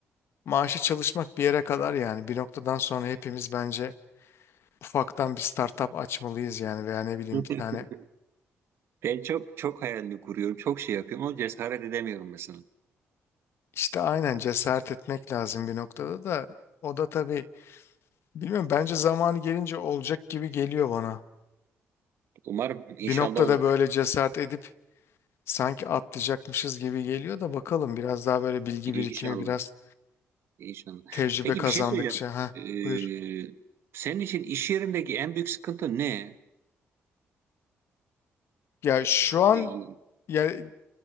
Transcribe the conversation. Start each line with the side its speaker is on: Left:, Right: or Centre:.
Left: maaşı çalışmak bir yere kadar yani bir noktadan sonra hepimiz bence ufaktan bir startup açmalıyız yani veya ne bileyim
Right: <laughs>
Left: bir tane
Right: Ben çok çok hayalini kuruyorum, çok şey yapıyorum ama cesaret edemiyorum mesela.
Left: İşte aynen cesaret etmek lazım bir noktada da. O da tabii bilmiyorum bence zamanı gelince olacak gibi geliyor bana.
Right: Umarım inşallah
Left: Bir noktada
Right: olur.
Left: böyle cesaret edip sanki atlayacakmışız gibi geliyor da bakalım biraz daha böyle bilgi
Right: İnşallah.
Left: birikimi biraz
Right: İnşallah.
Left: tecrübe
Right: Peki
Left: kazandıkça
Right: bir şey söyleyeceğim.
Left: ha buyur.
Right: Ee, senin için iş yerindeki en büyük sıkıntı ne?
Left: Ya şu an
Right: Yani
Left: ya